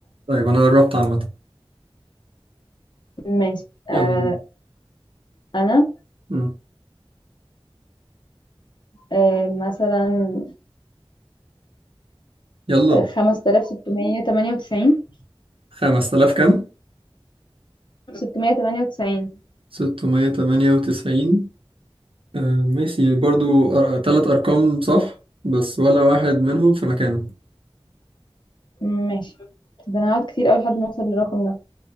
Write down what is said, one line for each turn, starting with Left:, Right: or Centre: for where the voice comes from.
Right: طيب انا قربت عامة
Left: ماشي آه
Right: يلا
Left: انا
Right: مم.
Left: آه مثلا
Right: يلا
Left: خمسة آلاف ستمية تمانية وتسعين
Right: 5000 كام
Left: ستمية تمانية وتسعين
Right: 698 آه ماشي برضو أر- تلات ارقام صح بس ولا واحد منهم في مكانه
Left: ماشي ده انا هقعد كتير اوي لحد ما اوصل للرقم ده